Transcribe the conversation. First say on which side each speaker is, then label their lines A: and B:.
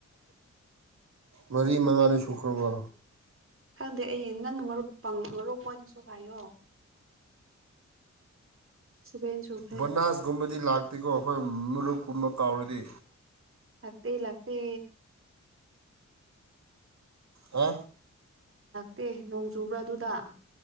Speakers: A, on the right; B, on the right.
A: ꯃꯔꯤ ꯃꯉꯥꯅꯤ ꯁꯨꯈ꯭ꯔꯕ꯭ꯔꯣ
B: ꯈꯪꯗꯦ ꯑꯩ ꯅꯪ ꯃꯔꯨꯞ ꯄꯪꯂ ꯂꯧꯔꯛꯄꯅꯁꯨ ꯍꯥꯏꯌꯣ ꯁꯚꯦꯟ ꯁꯨꯈ꯭ꯔꯦ
A: ꯕꯣꯅꯥꯁꯒꯨꯝꯕꯗꯤ ꯂꯥꯛꯇ꯭ꯀꯣ ꯑꯩꯈꯣꯏ ꯃꯔꯨꯞꯀꯨꯝꯕ ꯀꯥꯎꯔꯗꯤ
B: ꯂꯥꯛꯇ ꯂꯥꯛꯇ
A: ꯍꯥ
B: ꯗꯦ ꯅꯣꯡ ꯆꯨꯕ꯭ꯔꯥ ꯑꯗꯨꯗ